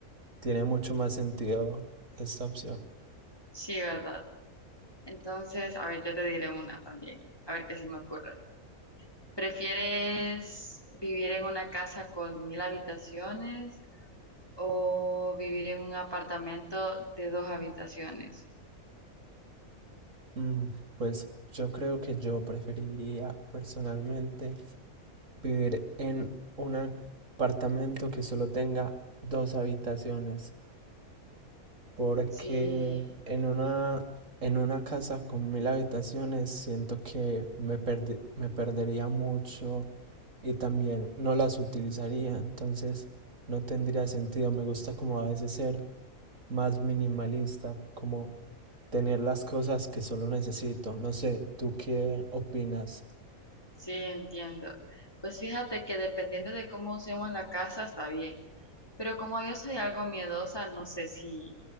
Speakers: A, on the right (about 60°); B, on the left (about 15°).
A: tiene mucho más sentido esta opción.
B: Sí, ¿verdad? Entonces, a ver, yo te diré una también, a ver qué se me ocurre. ¿Prefieres vivir en una casa con mil habitaciones o vivir en un apartamento de dos habitaciones?
A: Mm, Pues yo creo que yo preferiría personalmente vivir en un apartamento que solo tenga dos habitaciones, porque
B: Sí,
A: en una, en una casa con mil habitaciones siento que me perde- me perdería mucho y también no las utilizaría, entonces no tendría sentido. Me gusta como a veces ser más minimalista, como tener las cosas que solo necesito. No sé, ¿tú qué opinas?
B: sí, entiendo. Pues fíjate que dependiendo de cómo usemos la casa, está bien. Pero como yo soy algo miedosa, no sé si